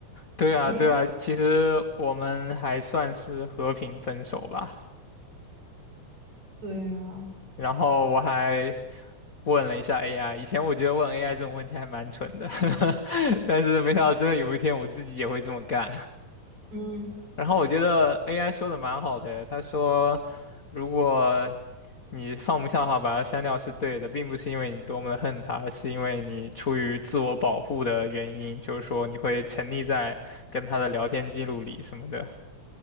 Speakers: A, on the left (about 55°); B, on the right (about 60°).
A: 对啊，
B: 没，
A: 对啊，其实我们还算是和平分手吧。
B: 对啊，
A: 然后我还问了一下 AI，以前我觉得问 AI 这种问题还蛮蠢的，<laughs> 但是没想到真的有一天我自己也会这么干。
B: 嗯，
A: 然后我觉得 AI 说的蛮好的，他说如果你放不下的话，把它删掉是对的，并不是因为你多么的恨它，是因为你出于自我保护的原因，就是说你会沉溺在跟他的聊天记录里什么的，